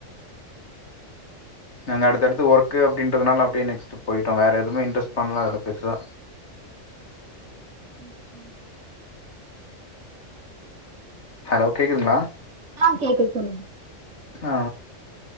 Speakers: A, on the left; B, on the right.
A: நாங்க அடுத்தடுத்து ஒர்க்கு அப்படின்றதுனால அப்டியே நெக்ஸ்ட் போயிட்டோ வேற எதுமே இன்ரெஸ்ட் பண்ல அதல பெருசா
B: ம் ம்
A: ஹலோ கேக்குதுங்களா
B: ஆ கேக்குது சொல்லுங்
A: ஆ